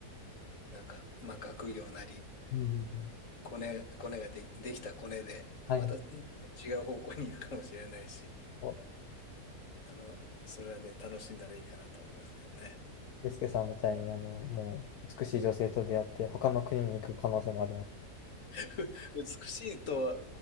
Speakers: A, on the left; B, on the left.
A: なんか、まあ、学業なり、
B: うんうんうん。
A: コネ、コネがで、できたコネで、
B: はいはい。
A: またうん違う方向に行くかもしれないし、
B: お
A: あの、それはね、楽しんだらいいかなと思いますけどね。
B: ゆうすけさんみたいに、あの、もう美しい女性と出会って、他の国に行く可能性もあります。
A: <laughs> 美しいと